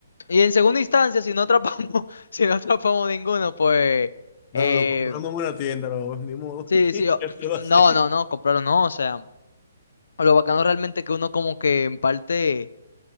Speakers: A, on the left; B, on the left.
A: Y en segunda instancia, si no atrapamos, <laughs> si no atrapamos ninguno, pues
B: No,
A: eh,
B: lo compramos en una tienda, no, ni modo,
A: sí,
B: <laughs> ¿qué
A: sí, o- <clears throat>
B: se lo va a hacer?
A: no, no, no, compraron no, o sea, lo bacano realmente es que uno como que en parte